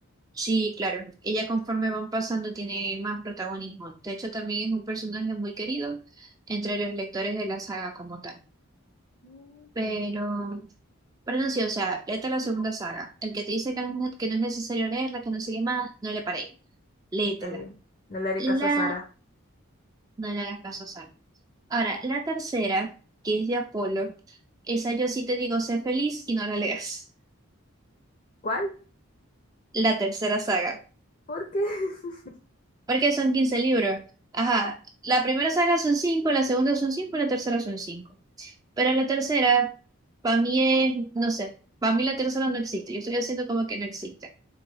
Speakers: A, on the right; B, on the left.
A: Sí, claro, ella conforme van pasando tiene más protagonismo. De hecho, también es un personaje muy querido entre los lectores de la saga como tal.
B: Ujú,
A: Pero, pero no, sí, o sea, léete la segunda saga. El que te dice que no, es ne- que no es necesario leerla, que no sigue más, no le paréis. Léetela.
B: Está bien. No le haré
A: La,
B: caso a Sara.
A: no le hagas caso a Sally. Ahora, la tercera, que es de Apolo, esa yo sí te digo, sé feliz y no la leas.
B: ¿Cuál?
A: La tercera saga,
B: ¿Por qué? <laughs>
A: porque son 15 libros. Ajá, la primera saga son cinco la segunda son 5 y la tercera son cinco Pero la tercera, para mí es, no sé, para mí la tercera no existe. Yo estoy haciendo como que no existe.